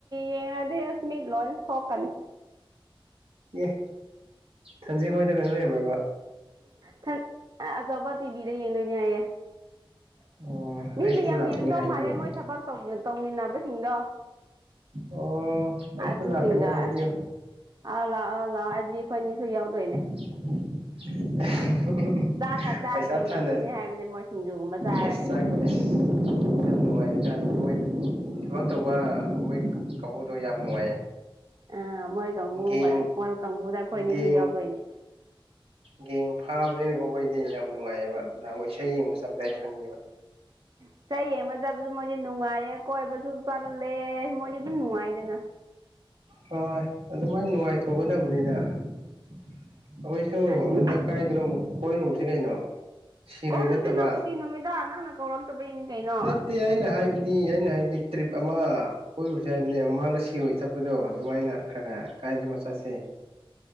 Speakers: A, on the right; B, on the right.
A: ꯌꯦꯡꯉꯗꯤ ꯑꯁ ꯃꯤꯠ ꯂꯣꯏ ꯁꯣꯛꯀꯅꯤ
B: ꯑꯦ ꯊꯟꯖꯤꯡ ꯍꯣꯏꯗ ꯀꯩꯅꯣ ꯂꯩꯕ꯭ꯔꯥꯕ
A: ꯇꯟ ꯑꯆꯧꯕ ꯇꯤꯚꯤꯗ ꯌꯦꯡꯗꯣꯏꯅꯦ ꯍꯥꯏꯌꯦ
B: ꯑꯣ
A: ꯃꯤ
B: ꯑꯩꯁꯨ
A: ꯃꯌꯥꯝ
B: ꯂꯥꯛꯀꯅꯤ
A: ꯌꯦꯡꯗꯧ
B: ꯍꯥꯏꯕꯤꯌꯨ
A: ꯃꯥꯜꯂꯦ ꯃꯣꯏ ꯊꯕꯛ ꯇꯧꯃꯤ ꯇꯧꯃꯤꯟꯅꯕꯁꯤꯡꯗꯣ
B: ꯑꯣ
A: ꯑꯗꯨꯁꯤꯡꯒ
B: ꯑꯩꯁꯨ ꯂꯥꯛꯀꯅꯤ ꯍꯥꯏꯕꯤꯌꯨ
A: ꯑꯥ ꯂꯥꯛꯑꯣ ꯂꯥꯛꯑꯣ ꯍꯥꯏꯗꯤ ꯑꯩꯈꯣꯏꯅꯤꯁꯨ ꯌꯥꯎꯗꯣꯏꯅꯦ
B: <unintelligible>
A: ꯆꯥꯛꯀ ꯆꯥꯔꯒ
B: ꯄꯩꯁꯥ ꯊꯥꯅ
A: ꯌꯦꯡꯗꯣꯏꯅꯦ ꯍꯥꯏꯕꯅꯦ ꯃꯣꯏ ꯁꯤꯡꯖꯨꯒꯨꯝꯕ ꯆꯥꯔꯒ
B: ꯑꯦꯁ ꯆꯥꯛ ꯑꯦꯁ ꯌꯥꯝ ꯅꯨꯡꯉꯥꯏꯕꯖꯥꯠꯅꯤ ꯃꯣꯏ ꯊꯕꯛ ꯇꯧꯕ ꯃꯣꯏ ꯀꯥꯡꯃꯨꯗꯣ ꯌꯥꯝ ꯅꯨꯡꯉꯥꯏꯌꯦ
A: ꯑ ꯃꯣꯏ ꯀꯥꯡꯕꯨ
B: ꯒꯦꯡ
A: ꯃꯣꯏ ꯀꯥꯡꯕꯨꯗ ꯑꯩꯈꯣꯏ ꯑꯅꯤꯁꯨ
B: ꯒꯦꯡ
A: ꯌꯥꯎꯗꯣꯏꯅꯤ
B: ꯒꯦꯡ ꯐꯥꯕꯅꯤꯅꯀꯣ ꯃꯣꯏꯗꯤ ꯌꯥꯝ ꯅꯨꯡꯉꯥꯏꯑꯕ
A: ꯎꯝ
B: ꯅꯍꯥꯟꯃꯣꯛ ꯏꯁꯩ ꯌꯦꯡꯕ ꯆꯞꯄꯗ ꯑꯩ ꯈꯪꯉꯦꯕ
A: ꯏꯁꯩ ꯌꯦꯡꯕ ꯆꯠꯄꯁꯨ ꯃꯣꯏꯗꯤ ꯅꯨꯡꯉꯥꯏꯌꯦ ꯀꯣꯏꯕꯁꯨ ꯆꯜꯂꯦ ꯃꯣꯏꯗꯤ ꯑꯗꯨꯝ ꯅꯨꯡꯉꯥꯏꯗꯅ
B: ꯍꯣꯏ ꯑꯗꯨꯃꯥꯏꯅ ꯅꯨꯡꯉꯥꯏꯊꯣꯛꯀꯗꯕꯅꯤꯗ ꯑꯩꯈꯣꯏꯁꯨ
A: ꯎꯝ
B: ꯍꯟꯗꯛ ꯀꯥꯏꯗꯅꯣ ꯑꯃꯨꯛ ꯀꯣꯏꯔꯨꯔꯁꯤ ꯀꯩꯅꯣ ꯁꯤꯔꯣꯏ
A: ꯀꯣꯏꯔꯨꯁꯦ
B: ꯅꯠꯇꯕ
A: ꯅꯪ ꯁꯨꯇꯤ ꯅꯨꯃꯤꯠꯗ ꯅꯪꯅ ꯀꯧꯔꯛꯇꯕꯩꯅꯤ ꯀꯩꯅꯣ
B: ꯅꯠꯇꯦ
A: ꯑꯁ
B: ꯑꯩꯅ ꯍꯥꯏꯕꯟ ꯗꯤ ꯑꯩꯅ ꯍꯥꯏꯕꯗꯤ ꯇ꯭ꯔꯤꯞ ꯑꯃ ꯀꯣꯏꯔꯨꯁꯦ ꯍꯥꯏꯕꯅꯦ ꯃꯥꯡꯗ ꯁꯤꯔꯨꯏ ꯆꯠꯄꯗꯣ ꯑꯗꯨꯃꯥꯏꯅ ꯈꯔ ꯈꯔ ꯀꯥꯏꯗꯅꯣ ꯆꯠꯁꯦ